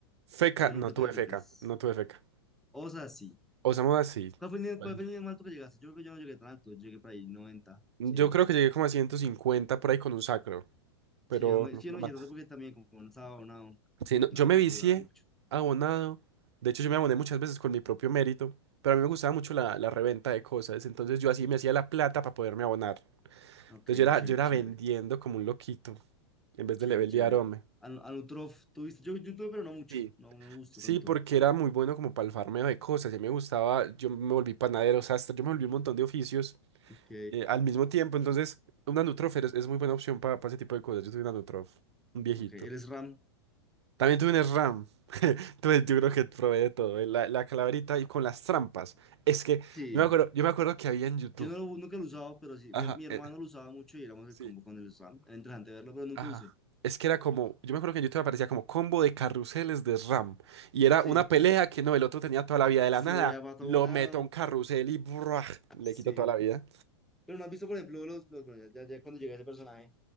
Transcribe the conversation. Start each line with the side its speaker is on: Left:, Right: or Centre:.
Right: Feca,
Centre: Yo nunca
Right: no
Centre: tuve
Right: tuve
Centre: fecas.
Right: feca, no tuve feca.
Centre: Osa, sí.
Right: Osamu así.
Centre: ¿Cuál fue el nivel,
Right: Bueno.
Centre: cuál fue el nivel más alto que llegaste? Yo creo que yo no llegué tan alto, yo llegué para ahí noventa,
Right: Yo
Centre: cien.
Right: creo que llegué como a 150 por ahí con un sacro, pero
Centre: Sí, yo no me,
Right: no,
Centre: si yo
Right: no
Centre: no
Right: más.
Centre: llegué tanto porque también como no estaba abonado,
Right: Sí, no,
Centre: nada,
Right: yo me
Centre: no
Right: vicié
Centre: jugaba mucho.
Right: abonado. De hecho, yo me aboné muchas veces con mi propio mérito, pero a mí me gustaba mucho la, la reventa de cosas. Entonces yo así me hacía la plata para poderme abonar.
Centre: Ok,
Right: Entonces yo era,
Centre: chévere,
Right: yo era
Centre: chévere,
Right: vendiendo como un loquito en vez
Centre: chévere,
Right: de levelear,
Centre: chévere.
Right: hombre.
Centre: Al, al Anutrof, tuviste, yo, yo tuve, pero no mucho,
Right: Sí.
Centre: no me gustó
Right: Sí,
Centre: tanto.
Right: porque era muy bueno como para el farmeo de cosas. Y me gustaba, yo me volví panadero, sastre, yo me volví un montón de oficios
Centre: Ok,
Right: eh, al mismo tiempo. Entonces, una Nutrof es, es muy buena opción para ese tipo de cosas. Yo soy una Nutrof, un viejito.
Centre: ok, ¿eres RAM?
Right: También tuve un SRAM. <laughs> Entonces yo creo que probé de todo. eh, La, la calaverita y con las trampas. Es que
Centre: Sí,
Right: yo me acuerdo, yo me acuerdo que había en YouTube.
Centre: yo no lo, nunca lo he usado, pero sí,
Right: Ajá.
Centre: mi, mi hermano
Right: eh,
Centre: lo usaba mucho y éramos
Right: sí.
Centre: el combo con el RAM. Era interesante verlo, pero nunca
Right: Ajá.
Centre: lo usé.
Right: Es que era como, yo me acuerdo que en YouTube aparecía como combo de carruseles de SRAM. Y era
Centre: Sí,
Right: una pelea que no, el otro tenía toda la vida
Centre: porque
Right: de la
Centre: se
Right: nada.
Centre: movía para todo
Right: Lo
Centre: lado,
Right: meto a un carrusel y ¡buah! le
Centre: sí.
Right: quito toda la vida.
Centre: Pero no has visto, por ejemplo, los, los, bueno, ya, ya ya cuando llegué a ese personaje.